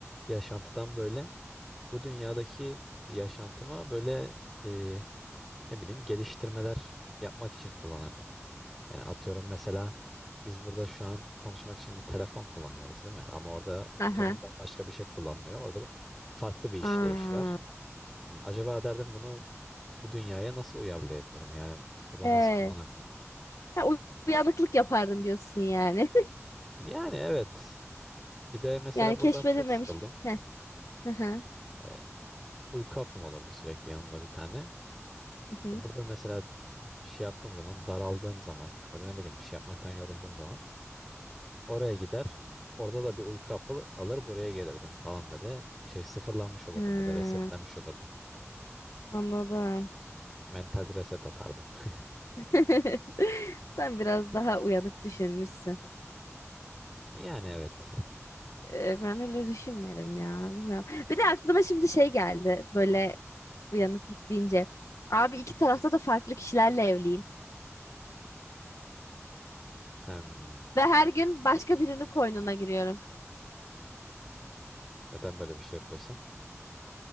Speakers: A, in the centre; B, on the left.
A: yaşantıdan böyle bu dünyadaki yaşantıma böyle e, ne bileyim geliştirmeler yapmak için kullanırdım. Yani atıyorum mesela biz burada şu an konuşmak için bir telefon kullanıyoruz değil mi? Ama orada
B: aha.
A: atıyorum bambaşka bir şey kullanılıyor. Orada farklı bir işleyiş
B: Aa.
A: var. Hı, Acaba derdim bunu bu dünyaya nasıl uyarlayabilirim? Yani burada
B: Ee,
A: nasıl kullanabilirim?
B: Ha, uy- uyanıklık yapardım diyorsun yani. <laughs>
A: Yani evet. Bir de mesela
B: Yani keşfedilmemiş.
A: buradan çok sıkıldım.
B: Heh, hı hı,
A: Ee, uyku hapım olurdu sürekli yanımda bir tane.
B: hı hı.
A: E, Burada mesela şey yaptığım zaman, daraldığım zaman ya da ne bileyim bir şey yapmaktan yorulduğum zaman oraya gider. Orada da bir uyku hapı alır buraya gelirdim falan böyle. Şey sıfırlanmış olurdum
B: Ha,
A: böyle resetlenmiş olurdum.
B: anladım.
A: Mental reset atardım. <laughs>
B: <laughs> Sen biraz daha uyanık düşünmüşsün.
A: Yani evet.
B: Ee, ben öyle düşünmedim ya. Bilmiyorum. Bir de aklıma şimdi şey geldi. Böyle uyanıklık deyince. Abi iki tarafta
A: Hı.
B: da farklı kişilerle evliyim.
A: Hem
B: Ve her gün başka birinin koynuna giriyorum.
A: neden böyle bir şey yapıyorsun?